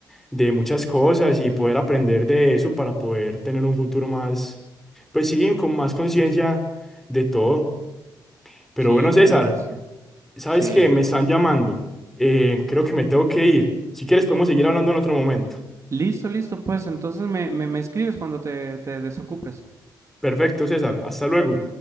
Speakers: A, in the centre; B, on the right.
A: de muchas cosas y poder aprender de eso para poder tener un futuro más, pues sí, con más conciencia de todo. Pero
B: Sí,
A: bueno, César.
B: tienes razón.
A: ¿Sabes
B: Sí.
A: qué? Me están llamando. Eh, creo que me tengo que ir. Si quieres, podemos seguir hablando en otro momento.
B: Listo, listo, pues entonces me, me, me escribes cuando te, te desocupes.
A: Perfecto, César. Hasta luego.